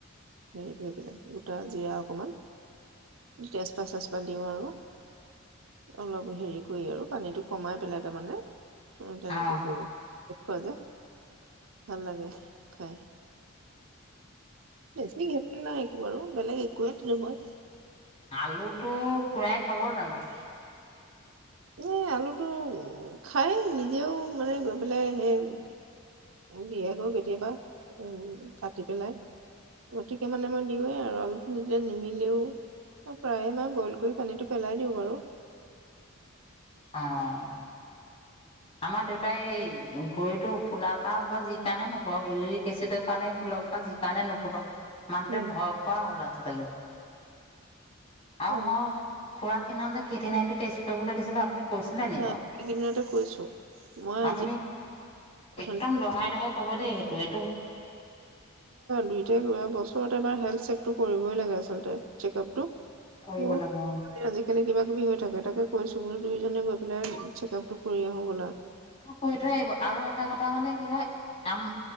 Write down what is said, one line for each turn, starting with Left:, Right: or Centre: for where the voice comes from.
Right: হেৰি কৰি পেলাই গোটা জিৰা অকমান তেজপত চেজতপা দিওঁ আৰু অলপ হেৰি কৰি আৰু পানীতটো কমাই পেলাই তাৰমানে উম তেনেকে
Left: অ
Right: কৰো খোৱা যায় ভাল লাগে খাই বেছি ঘেপলি নাই একো নাই বেলেগ একোৱে দিয়া নাই
Left: আলুটো খুৰাই খাব জানো
Right: এই আলুটো খাই নিজেও মানে গৈ পেলাই সেই দিয়েগৈ কেতিয়াবা উম কাটি পেলাই গতিকে মানে মই দিওঁৱে আৰু আলুটো নিদিলে নিমিলেই প্ৰায়ে মই বইল কৰি পানীটো পেলাই দিওঁ বাৰু
Left: আহ আমাৰ দেউতাই এই ভৰিতো ফুলা পা বা যি কাৰণে নুফুলক ইউৰিক এচিডৰ কাৰণে ফুলক বা যি কাণে নুফুলক মানুহটোৱে
Right: উম
Left: ভয় খোৱা হল আজিকালি আৰু
Right: অ
Left: মই খুৰাক সেইদিনাখন যে কিতনাটো টেষ্ট কৰিবলে দিছিলো কৈছিলে নি
Right: নাই
Left: বাও
Right: এইকেইদিনতে কৈছো মই আজি
Left: আপুনি
Right: অথনি
Left: একদম দহাই দহাই হ'ব দে সেটোৱে
Right: দুইটাই কৰিবা বছৰত এবাৰ হেল চেকটো কৰিবই লাগে আচলতে চেকআপ টো
Left: কৰিব
Right: মোৰ
Left: লাগে অ'।
Right: আজি কালি কিবা কিবি হৈ থাকে তাকে কৈছো ব দুইোজনে গৈ পেলাই চেকআপ টো কৰি আহো গ'লা
Left: ক থৈ আহিব আৰু এটা কথা মানে কি হয় আম